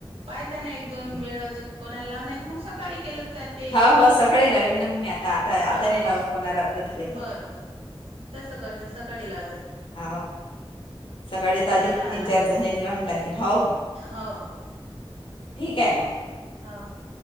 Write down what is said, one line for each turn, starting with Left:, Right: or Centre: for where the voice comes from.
Right: पाहिचा ना एक दोन
Left: हं.
Right: वेळ कोणाला लावून नाही तर मग सकाळी केलं. चालते.
Left: हो हो सकाळी लावीन ना मी आता आता
Right: हा
Left: आता नाही लावत
Right: हो
Left: कोणाला रात्र झाले आता.
Right: बरं बरं. तसं करजा सकाळी लाजा.
Left: हाव. सकाळी आता अधिक
Right: करा
Left: तीन
Right: आराम
Left: चार
Right: मग
Left: जणींन लावून टाकीन हो हो.
Right: हो हो
Left: ठीक आहे मग.
Right: हा हो.